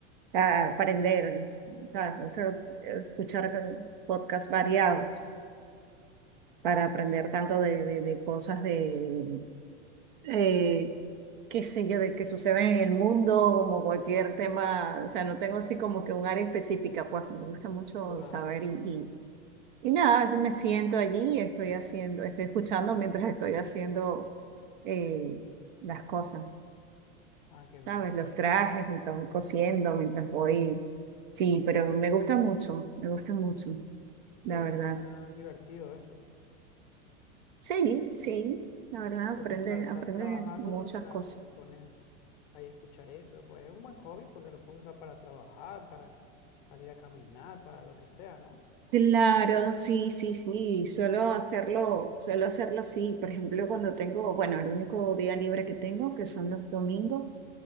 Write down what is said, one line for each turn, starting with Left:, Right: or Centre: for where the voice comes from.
Right: ah, aprender, ¿sabes? Me gusta eh, escuchar eh, podcasts variados para aprender tanto de, de, de cosas de, eh, qué sé yo, de que suceden en el mundo, como cualquier tema, o sea, no tengo así como que un área específica, pues me gusta mucho
Left: claro.
Right: saber y, Y nada, yo me siento allí y estoy haciendo, estoy escuchando mientras estoy haciendo eh, las cosas,
Left: Ah, qué bien.
Right: ¿sabes? Los trajes, mientras voy cosiendo, mientras voy... Sí, pero me gusta mucho, me gusta mucho,
Left: Qué
Right: la
Left: bien,
Right: verdad.
Left: suena divertido eso.
Right: Sí, sí, la verdad, aprende,
Left: Porque claro, estás
Right: aprende
Left: trabajando
Right: muchas
Left: mientras
Right: cosas.
Left: te pones ahí a escuchar eso. Pues es un buen hobby porque lo puedes usar para trabajar, para salir a caminar, para lo que sea, ¿no?
Right: Claro, sí, sí, sí,
Left: Ujú.
Right: suelo hacerlo, suelo hacerlo así, por ejemplo, cuando tengo, bueno, el único día libre que tengo, que son los domingos,